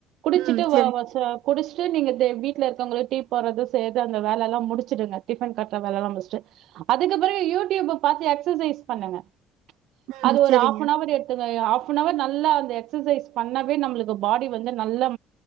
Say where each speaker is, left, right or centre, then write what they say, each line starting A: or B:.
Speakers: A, on the right; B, on the right.
A: குடிச்சிட்டு
B: ம். சரி.
A: வா வாசா குடிச்சிட்டு நீங்க தே வீட்டுல இருக்கவங்களுக்கு டீ போட்றது சேய்ரது அந்த வேலெல்லா முடுச்சுடுங்க டிஃபன் கட்ர வேலலா முட்சிட்டு அதுக்கப்ரோ யூடுயூப பாத்து எக்ஸஸைஸ் பன்னுங்க அது
B: ம்.
A: ஒரு
B: சரிங்க.
A: ஹாஃப்ஃபனவர் எடுத்து <unintelligible> ஹாஃபனவர் நல்லா அந்த எக்ஸஸைஸ் பண்ணாவே நம்ளுக்கு பாடி வந்து நல்ல